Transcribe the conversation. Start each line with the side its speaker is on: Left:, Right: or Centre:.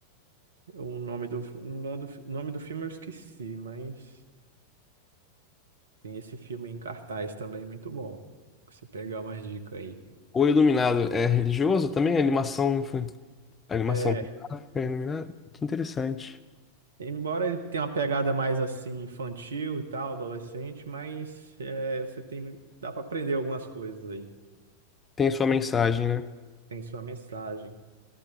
Right: O nome do, o nome do, nome do filme eu esqueci, mas tem esse filme em cartaz também, muito bom. Você pegar umas dicas aí.
Left: O Iluminado é religioso também? A Animação, infa- a animação
Right: é
Left: gráfica é iluminado? Que interessante.
Right: Embora ele tenha uma pegada mais assim infantil e tal, adolescente, mas é, você tem, dá para aprender algumas coisas aí.
Left: Tem a sua mensagem, né?
Right: Tem sua mensagem,